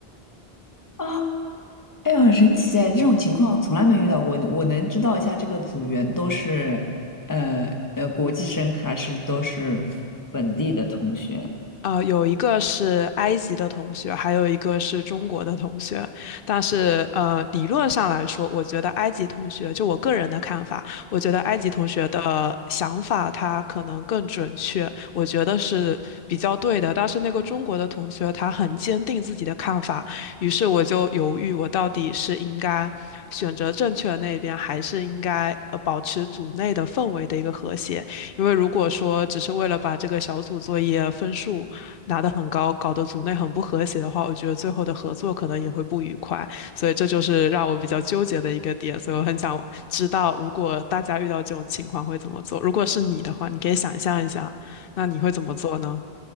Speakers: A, on the left; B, on the left.
A: 啊，哎呀，很神奇哎，这种情况从来没遇到过。我能知道一下这个组员都是呃呃国际生还是都是本地的同学？
B: 呃，有一个是埃及的同学，还有一个是中国的同学。但是，呃，理论上来说，我觉得埃及同学，就我个人的看法，我觉得埃及同学的想法他可能更准确，我觉得是比较对的。但是那个中国的同学，他很坚定自己的看法，于是我就犹豫，我到底是应该选择正确的那一边，还是应该呃保持组内的氛围的一个和谐。因为如果说只是为了把这个小组作业分数拿得很高，搞得组内很不和谐的话，我觉得最后的合作可能也会不愉快。所以这就是让我比较纠结的一个点。所以我很想知道，如果大家遇到这种情况会怎么做？如果是你的话，你可以想象一下，那你会怎么做呢？